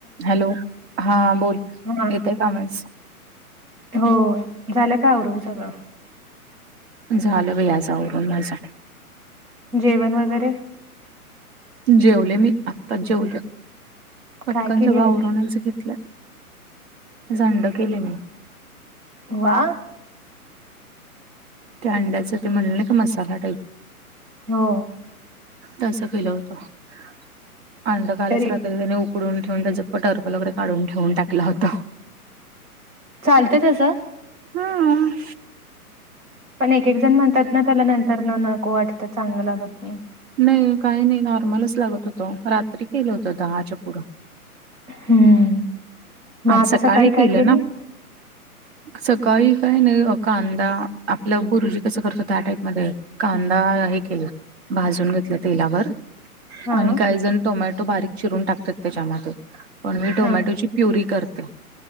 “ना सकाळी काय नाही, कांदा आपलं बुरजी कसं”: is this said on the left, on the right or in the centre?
Right